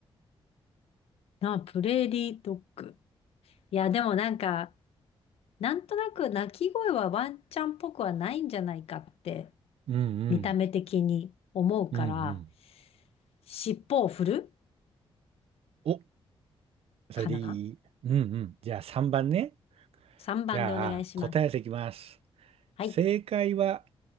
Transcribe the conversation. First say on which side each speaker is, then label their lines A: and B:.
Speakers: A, on the left; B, on the right.
A: なあ、プレーリードッグ。いや、でもなんか、なんとなく鳴き声はワンちゃんっぽくはないんじゃないかって、
B: ん。うんうん。
A: 見た目的に思うから、
B: うんうん。
A: 尻尾を振る
B: お、それでいいうんうん。
A: かな
B: じゃあ3番ね。
A: ?3
B: じゃあ答え合わせいきます。
A: 番でお願いします。はい。
B: 正解は、